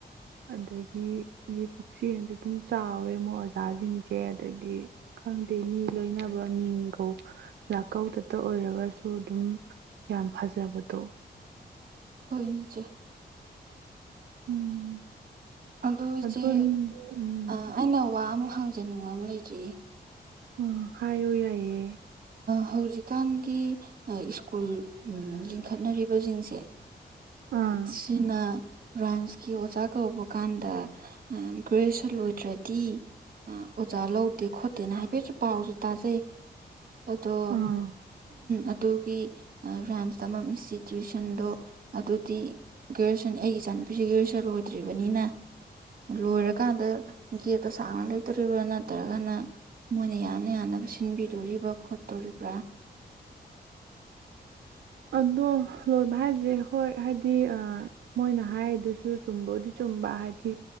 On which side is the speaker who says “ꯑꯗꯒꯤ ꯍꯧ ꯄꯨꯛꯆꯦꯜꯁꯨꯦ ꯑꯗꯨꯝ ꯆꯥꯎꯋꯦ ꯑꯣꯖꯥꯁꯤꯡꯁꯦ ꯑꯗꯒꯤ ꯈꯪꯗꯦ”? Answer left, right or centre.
Right